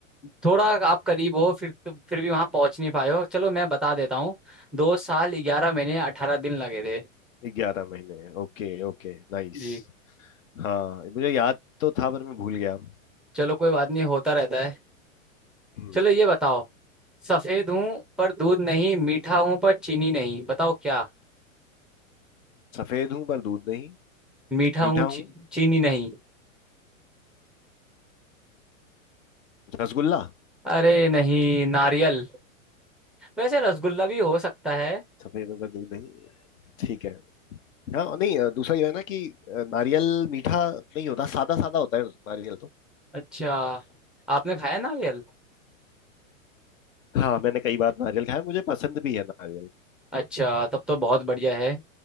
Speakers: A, in the centre; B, on the left.
A: थोड़ा आप करीब हो फिर तो फिर भी वहां पहुंच नहीं पाए हो चलो मैं बता देता हूँ दो साल ग्यारह महीने अठारह दिन लगे थे
B: ग्यारह महीने ओके ओके नाइस
A: जी
B: हाँ मुझे याद तो था पर मैं भूल गया
A: चलो कोई बात नहीं होता रहता है
B: हम्म,
A: चलो ये बताओ सफेद हूँ पर दूध नहीं मीठा हूँ पर चीनी नहीं बताओ क्या
B: सफेद हूँ पर दूध नहीं
A: मीठा
B: मीठा
A: हूँ
B: हूँ
A: ची, चीनी नहीं
B: रसगुल्ला
A: अरे नहीं नारियल वैसे रसगुल्ला भी हो सकता है
B: सफेद हूँ पर दूध नहीं ठीक है हाँ नहीं अ, दूसरा ये है ना कि अ, नारियल मीठा नहीं होता सादा सादा होता है नारियल तो
A: अच्छा आपने खाया नारियल
B: हाँ मैंने कई बार नारियल खाया मुझे पसंद भी है नारियल
A: अच्छा तब तो बहुत बढ़िया है